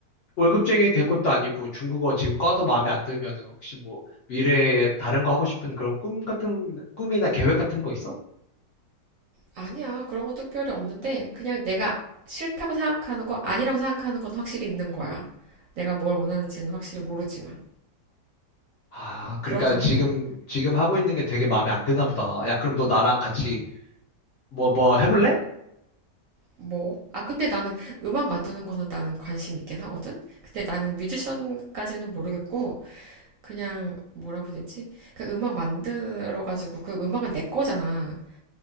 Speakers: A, on the left; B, on the right.
A: 월급쟁이 될 것도 아니고 중국어 지금 과도 마음에 안 들면은 혹시 뭐 미래에 다른 거 하고 싶은 그런 꿈 같은 꿈이나 계획 같은 거 있어?
B: 아니야 그런 것도 특별히 없는데 그냥 내가 싫다고 생각하는 거 아니라고 생각하는 건 확실히 있는 거야. 내가 뭘 원하는지는 확실히 모르지만
A: 아, 그러니까
B: 그런 상태야.
A: 지금 지금 하고 있는 게 되게 마음에 안 드나 보다. 야, 그럼 너 나랑 같이 뭐 뭐 해볼래?
B: 뭐? 아, 근데 나는 음악 만드는 거는 나는 관심 있긴 하거든? 근데 나는 뮤지션까지는 모르겠고, 그냥 뭐라고 해야 되지? 그 음악 만들어가지고, 그 음악은 내 거잖아.